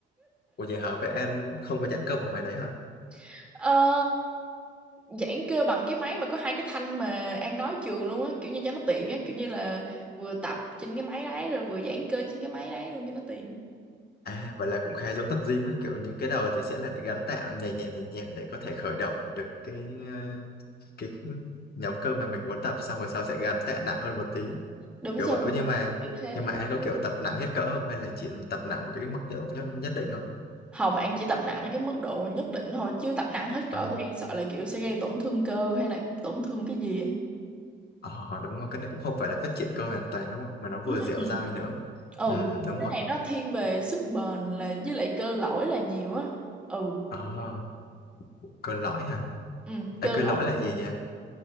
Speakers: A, on the left; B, in the centre.
A: Ủa vậy hả vậy em không có giãn cơ bằng máy đấy hả
B: <laughs> Ờ giãn cơ bằng cái máy mà có hai cái thanh mà An nói trường luôn á kiểu như cho nó tiện á kiểu như là vừa tập trên cái máy đấy rồi vừa giãn cơ trên cái máy đấy luôn cho nó tiện
A: À, vậy là cũng khá giống tập gym ấy, kiểu những cái đầu thì sẽ là để gắn tạo nhẹ nhẹ nhẹ nhẹ để có thể khởi động được cái ờ, cái nhóm cơ mà mình muốn tập xong rồi sau sẽ gắn tạ nặng hơn một tí
B: đúng
A: kiểu
B: rồi
A: vậy. Ô, nhưng mà
B: kiểu thế
A: nhưng mà anh có kiểu tập nặng hết cỡ không hay là chỉ tập nặng một cái mức độ nhất, nhất định thôi?
B: Hồng An chỉ tập nặng đến cái mức độ nhất định thôi chứ tập nặng hết cỡ
A: Ờ,
B: thì An sợ là kiểu sẽ gây tổn thương cơ hay là tổn thương cái gì ấy
A: ờ, đúng rồi, cái này cũng không phải là phát triển cơ hoàn toàn đúng không? Mà nó vừa
B: ừ
A: dẻo dai nữa.
B: Ừ,
A: Ừ, đúng
B: cái
A: rồi.
B: này nó thiên về sức bền là với lại cơ lõi là nhiều á ừ
A: Ờ, cơ lõi hả?
B: ừ
A: Ê,
B: cơ
A: cơ lõi là gì vậy?